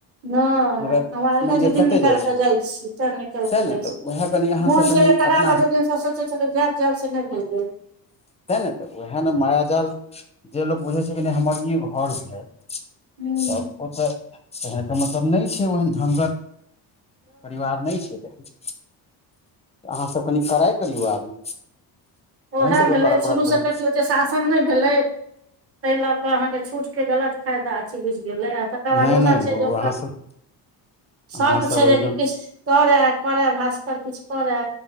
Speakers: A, on the right (about 35°); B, on the left (about 15°).
A: नहि
B: मगर
A: हमरा देखे
B: मानि लिअ
A: छियै। दिन
B: कतय
A: निकालि
B: छियै
A: के जाइ छी त निकालि
B: सएह
A: के
B: ने
A: जाय छी,
B: तऽ उएह कनि अहाँसभ
A: मोन
B: कनि
A: छलै खराब
B: अपना
A: आ दू दिन से सोचै छलियै जायब जायब से नहि भेल गेल।
B: ते ने तऽ वैह ने माया जाल जे लोक बुझे छै हमर ई घर जे
A: नहि
B: तऽ ओतऽ तखैन त मतलब नहि छै ओहन ढङ्गर। परिवार नहि छै तखैन। अहाँ सभ कनि कड़ाई करियौ आब।
A: ओहे
B: अहीं सभके
A: भेलै
B: करय
A: शुरू
B: पड़त कनि
A: से करतियौ ते शासन नै भेले तै लऽ कऽ अहां के छुट के गलत फाइदा छै बुझने। तकर बाद
B: नहि
A: दोसर
B: नहि
A: छै
B: ओ
A: जे ओकर
B: अहाँसभ
A: शर्त
B: अहाँसभ
A: छै जे
B: एकदम
A: किछ करै करै भास्कर किछ करै।